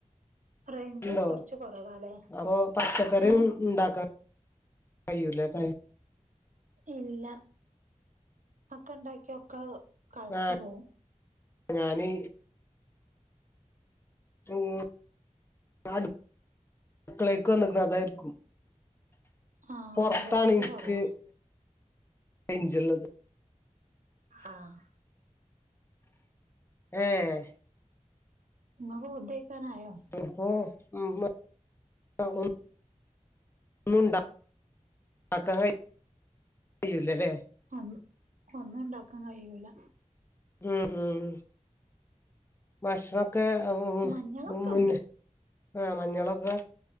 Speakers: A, on the right; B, on the left.
A: റേഞ്ച്
B: ണ്ടോ
A: കൊറച്ച് കൊറവാല്ലേ
B: അപ്പൊ പച്ചക്കറിയും
A: ഏ
B: ഇണ്ടാക്ക കയ്യൂല കൈ
A: ഇല്ല അക്കെ ഉണ്ടാക്ക്യ ഒക്കെ കളിച്ചു
B: ആഹ്
A: പോവും
B: ഞാന് ഉം അടു ക്കളേക്ക്‌ വന്ന്ക്കുണു അതായിരിക്കും
A: ആഹ്
B: പൊറത്താണ്
A: റേഞ്ച്
B: ഇന്ക്ക്
A: കുറവാ
B: <unintelligible>
A: ആഹ്
B: ഏഹ്
A: ഇങ്ങക്ക് ഫുഡ്‌ കഴിക്കാനായോ
B: ഇനിയിപ്പോ <unintelligible> ഒന്നണ്ടാക്കാൻ <unintelligible> കയൂല്ലല്ലേ
A: ഒന്ന് ഒന്നും ഉണ്ടാക്കാൻ കഴിയൂല
B: ഉമ് ഉമ് ഭക്ഷണൊക്കെ
A: മഞ്ഞളൊക്കെ
B: മുന്നേ
A: ഉണ്ട്
B: ആ മഞ്ഞളൊക്കെ